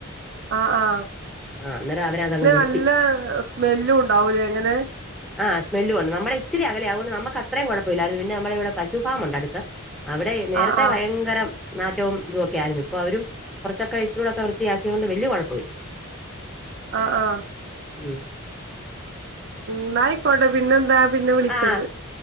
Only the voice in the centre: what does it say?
ആ അന്നേരം അവരതങ്ങ്
നിർത്തി
ആ സ്മെല്ലും ഉണ്ട് നമ്മുടെ ഇച്ചിരി അകലേയാ അതുകൊണ്ട് നമുക്ക് അത്രയും കൊഴപ്പമില്ല പിന്നെ നമ്മുടെ ഇവിടെ പശു ഫാം ഉണ്ട് അടുത്ത് അവിടെ നേര
ഇവിടെ
ഭയങ്കരം ന നാറ്റവും ഇതുമൊക്കെയായിരുന്നു ഇപ്പോ അവരും കുറച്ചൊക്കെ ഇച്ചിരൂടെ ഒക്കെയും വൃത്തിയാക്കിയോണ്ട് വലിയ കുഴപ്പമില്ല
ഉം
ആ